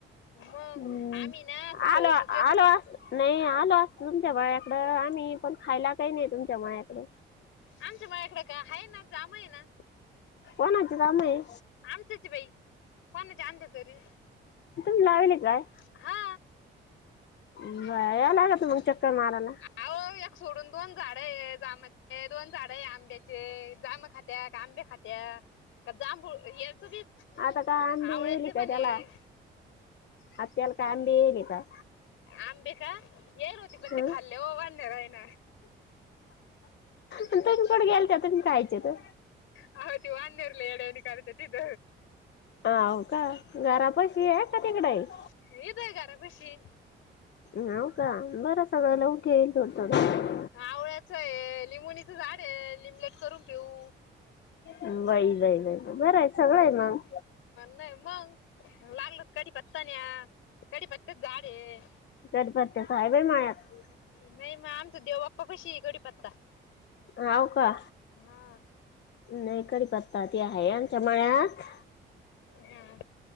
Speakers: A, on the left; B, on the left.
A: मग
B: हम्म
A: आम्ही ना अस पाऊसच
B: आलो
A: येत
B: आलो
A: होता
B: असत नाही आलो अस तुमच्या माळ्याकडं आम्ही पण खायला काही नाही तुमच्या माळ्याकडं
A: आमच्या मळ्याकडं का ह ना काम आहे ना
B: कोणअची जाम आहे
A: आमच्याच बाई कोणाच्या आणल्या तरी
B: तुम्ही लावेल काय
A: हा
B: बया यावं लागत मग चक्कर मारायला
A: आव एक सोडून दोन झाड ये जाम दोन झाड आंब्याचे जांब खात्या का आंबे खात्या का जांभू येरच बी
B: अत का अंबी
A: आवळ्याचे
B: येल
A: पण
B: का
A: आहे
B: तेला मत्याल का अंबी येल का
A: आंबे का लागले होते पण
B: हं
A: ते खाल्ले हो वन्यरायण
B: तुम्ही कुठे गेलत्या तुम्ही खायचे तर
A: आव ती वाण्यारं एड्यान कर त्यात इथ
B: हा होव का घरापशी आहे का तिकड.
A: इथं आहे घरापशी
B: नव का बरं सगयला ऊट हे थोडं थोडं
A: आवळ्याच आहे, लिंबणीचं झाड आहे लिंबलेट करून पिऊ
B: बाई, बाई, बाई बरं आहे सगळं आहे मग
A: नाही मग लागलत कडीपत्ता न्या कढीपत्त्याच झााडे
B: कडीपत्त्याच आहे बाई मळ्यात
A: नाही मग आमचा देवप्पा कशी आहे कडीपत्ता
B: हव का
A: हा
B: नाही कडीपत्ता ती आहे आमच्या मळ्यात
A: हा